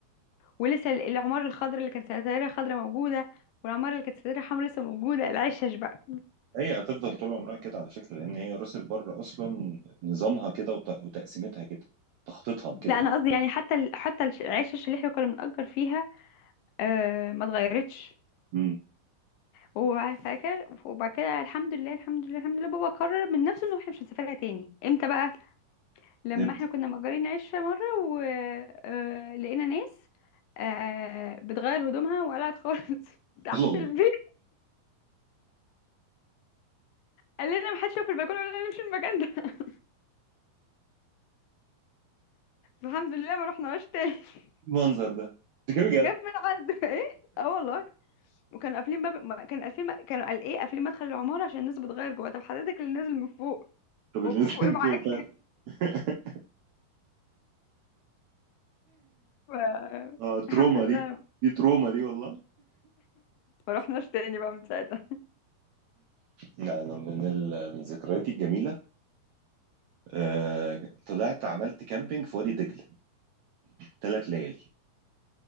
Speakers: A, on the left; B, on the right.
A: ولسه ال- العمارة الخضراء اللي كانت ستايرها خضراء موجودة والعمارة اللي كانت ستايرها حمراء لسه موجودة العشش بقى
B: هي هتفضل طول عمرها كده على فكره لان هي راس البر اصلا نظامها كده وت- وتقسيمتها كده تخطيطها
A: <laughs>
B: كده
A: لا
B: يعني
A: انا قصدي يعني حتى ال... حتى الش- العشش اللي احنا كنا بنأجر فيها آه ما اتغيرتش
B: امم
A: وفاكر وبعد كده الحمد لله الحمد لله الحمد لله بابا قرر من نفسه انه احنا مش هنسافرها تاني امتى بقى لما
B: فهمت.
A: احنا كنا مأجرين عشة مرة ولقينا ناس آه، بتغير هدومها وقلعت خالص <laughs> تحت
B: الله الله
A: البيت قال لنا ما حدش يقف في البلكونه ولا نمشي المكان ده <laughs> الحمد لله ما رحناش تاني <laughs>
B: المنظر ده ده كده بجد
A: جاب من عنده ايه اه والله وكانوا قافلين باب ما- كان قافلين كانوا قال ايه قافلين مدخل العماره عشان الناس بتغير جوه طب حضرتك اللي نازل من فوق
B: طب
A: بوك
B: اللي نزل
A: فوق
B: من
A: ايه معاك
B: فوق فعلا <laughs>
A: ف-
B: اه تروما
A: الحمد لله
B: دي دي تروما دي والله
A: ما رحناش تاني بقى من ساعتها
B: لا انا من ال... من ذكرياتي الجميله آه... طلعت عملت كامبينج في وادي دجله ثلاث ليالي